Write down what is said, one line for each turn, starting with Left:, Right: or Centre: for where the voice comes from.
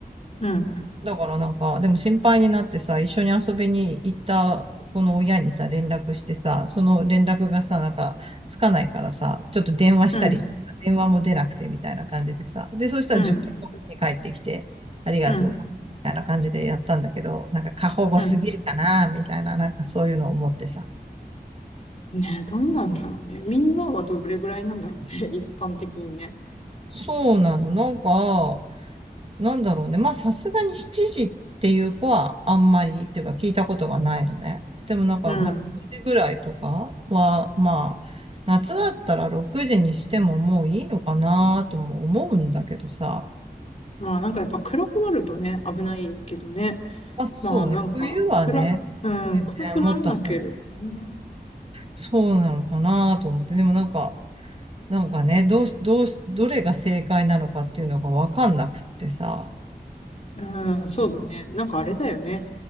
Left: うん、
Right: だからなんか、でも心配になってさ、一緒に遊びに行ったこの親にさ、連絡してさ、その連絡がさ、なんか、つかないからさ、ちょっと電話したりして、
Left: うん、
Right: 電話も出なくてみたいな感じでさ、で、そしたら10分後に帰ってきて、
Left: うん、
Right: ありがとう、
Left: うん、
Right: みたいな感じでやったんだけど、なんか過保護すぎるかな、
Left: うん。
Right: みたいな、なんかそういうのを思ってさ。
Left: ねえ、どうなんだろうね。みんなはどれぐらいなんだろうね。<laughs> 一般的にね。
Right: そうなの、なんか、なんだろうね。まあ、さすがに7時っていう子はあんまり、っていうか聞いたことがないのね。でもなんか、
Left: うん。
Right: まあ、6時ぐらいとかは、まあ、夏だったら6時にしてももういいのかなとも思うんだけどさ。
Left: まあなんかやっぱ暗くなるとね、危ないけどね。
Right: まあ、そうね。
Left: まあなんか、
Right: 冬はね、
Left: 暗、うん、
Right: 全然もっと早く。
Left: 暗くならなければね。
Right: そうなのかなと思って。でもなんか、なんかね、どうし、どうし、どれが正解なのかっていうのがわかんなくってさ。
Left: うん、そうだね。なんかあれだよね。